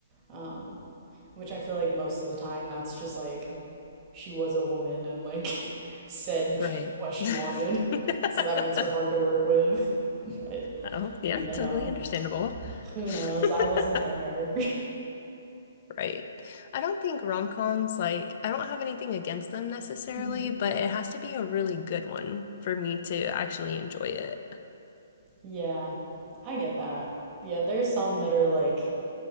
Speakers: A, on the right (about 25°); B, on the left (about 45°).
A: um, which I feel like most of the time that's just like she was a woman and like <laughs> said
B: right.
A: what she wanted,
B: <laughs>
A: so that makes her hard to work with. <laughs> But
B: Oh, yeah,
A: you
B: totally
A: know,
B: understandable.
A: who
B: <laughs>
A: knows? I wasn't there.
B: Right. I don't think rom-coms, like, I don't have anything against them necessarily,
A: <laughs>
B: but it has to be a really good one for me to actually enjoy it.
A: yeah, I get that. Yeah, there's some that are like,